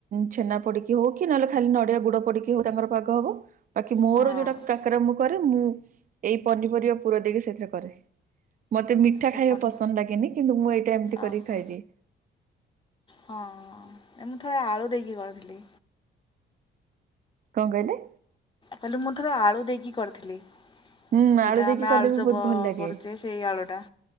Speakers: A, on the right; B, on the left.
A: ଛେନା ପଡିକି ହଉ କି ନହେଲେ ଖାଲି ନଡିଆ ଗୁଡ ପଡିକି ହଉ ତାଙ୍କର ପାଗ ହବ ବାକି ମୋର
B: ହଁ
A: ଯୋଉଟା କା କରା ମୁ କରେ ମୁଁ ଏଇ ପନିପରିବା ପୁର ଦେଇ ସେଥିରେ କରେ। ମତେ ମିଠା
B: ଚପନ
A: ଖାଇବା ପସନ୍ଦ ଲାଗେନି କିନ୍ତୁ ମୁଁ ଏଇଟା ଏମିତି କରିକି
B: ଓହୋ
A: ଖାଇଦିଏ।
B: ହଁ ମୁଁ ଥରେ ଆଳୁ ଦେଇକି କରିଥିଲି।
A: କଁ କହିଲେ।
B: କହଲି ମୁଁ ଥରେ ଆଳୁ ଦେଇକି କରିଥିଲି।
A: ହୁଁ
B: ଯୋଉଟା
A: ଦେଇକି
B: ଆମେ
A: କଲେ
B: ଆଳୁ
A: ବି
B: ଚପ
A: ବହୁତ ଭଲ ଲାଗେ
B: କରୁଛେ ସେଇ ଆଳୁ ଟା।